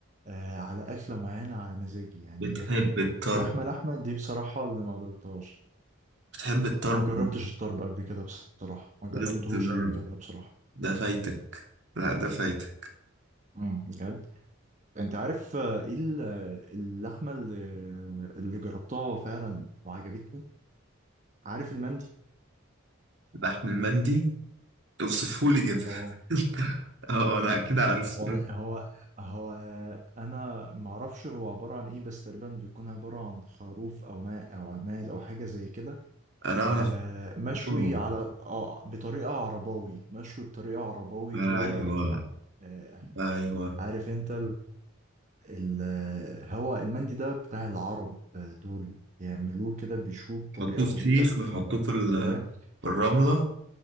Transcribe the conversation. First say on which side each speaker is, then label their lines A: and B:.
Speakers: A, on the right (about 35°); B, on the right (about 55°).
A: آه على اكله معينه على مزاجي يعني
B: بتحب
A: لكن
B: الطرب
A: لحمه لحمه دي بصراحه اللي ما قدرتهاش
B: بتحب الطرب
A: ما جربتش الطرب قبل كده بصراحة ما جربتهوش
B: لازم تجرب
A: قبل كده بصراحة
B: ده فايتك لا ده فايتك
A: امم بجد انت عارف آه، ايه ال- آه، اللحمة اللي اللي جربتها فعلا وعجبتني عارف المندي
B: لحم المندي اوصفهولي كده <laughs>
A: اه
B: اه انا اكيد عارف
A: والله هو هو انا ما اعرفش هو عبارة عن ايه بس تقريبا بيكون عبارة عن خروف او ماء او عماد او حاجة زي كده
B: انا اعرف
A: آه، مشوي
B: آه،
A: على اه بطريقة عرباوي مشوي بطريقة عرباوي
B: ايوه
A: جوه آه،
B: ايوه
A: عارف انت ال- هو المندي ده بتاع العرب آه، دول بيعملوه كده بيشوه بطريقة
B: يحطوه في
A: غريبة
B: سيخ ويحطوه
A: بيحطوا
B: في ال-
A: جواه
B: في الرمله